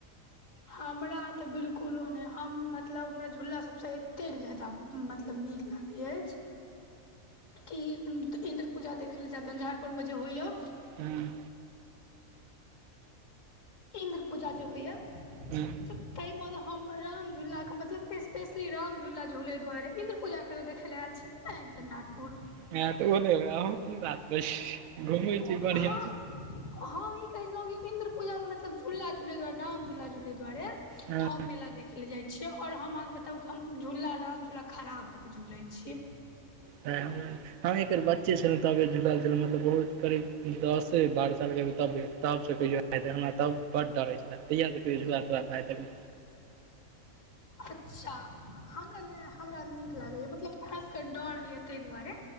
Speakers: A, on the left (about 65°); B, on the right (about 75°).
A: हमरा तऽ बिल्कुलो नै हम मतलब हमरा झूला सबसँ एतेक जादा मतलब नीक लागै अइछ। कि इन्द्र पूजा देखै लै जैब झंझारपुर मे जे होइया।
B: हूँ।
A: इन्द्र पूजा जे होइया।
B: हँ
A: ताहिमे हम राम झुलाके मतलब स्पेशली राम झुला झूलेै दुआरे इन्द्र पूजा कहियो देखेै लए अल छी कि नै झंझारपुर
B: <unintelligible> अहूँ की बात बस घुमै छी बढ़िआं
A: हँ
B: सँ।
A: हम ई कहेै छेलौ कि इन्द्र पूजा मे मतलब झूला झूलेै दुआरे राम झूला झूलेै दुआरे
B: हँ
A: हम मेला देखे ले जाइ छीयै और हम अहाँके बताउ हम झूला राम झूला खड़ा भऽ के झूलेै छियै।
B: तें हमरा हम एकर बेर बच्चे छेलौ तबे झुलल छेलौ मतलब बहुत करीब दसे बारह साल के हेहै तबे तबसँ हमरा तब से बड डर होय छेल्ला तहिय से फेर झूला <unintelligible> तब
A: अच्छा हमरा नै हमरा नीक लागैया मतलब खास क ऽ डर होइय। तैय दुआारे